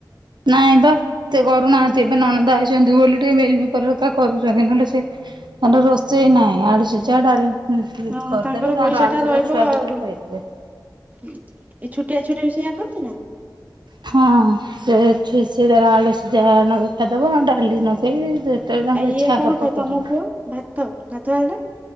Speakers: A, on the right; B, on the right.
A: ନାଇଁ ବା ସେ କରୁନାହାନ୍ତି ଏବେ ନଣନ୍ଦ ଆଇଛନ୍ତି ବୋଲି ଟିକେ ମିଲିମିକର କରୁଛନ୍ତି ନହେଲେ ସେ ମାନେ ରୋଷେଇ ନାହିଁ ଆଳୁ ସିଜା ଡାଲି ହୁଁ ହୁଁ
B: ହଁ
A: କରିଦେବେ
B: ତାଙ୍କର ପଇସା
A: ଆଳୁ
B: ଟା
A: ସିଜା
B: ରହିବ
A: ଛୁଆକୁ
B: ଆଉ
A: ବି ଖୁଆଇଦେବେ
B: ଏଇ ଛୁଟିଆଛୁଆ ବି ସେଇଆ ଖାଉଛି ନା
A: ହଁ ସେ ଛୁ ସେ ତାର ଆଳୁ ସିଜା ନଗେଇ ଖାଇଦବ ନହେଲେ ଡାଲି ନଗେ ଇ ଯେତେବେଳେ ତାଙ୍କ
B: ଆଉ
A: ଇଚ୍ଛା
B: ଇଏ କଣ
A: ହବ
B: ଖାଉ ତମ
A: କରିି
B: ପୁଅ ଭାତ ଭାତ ଆଳୁଟା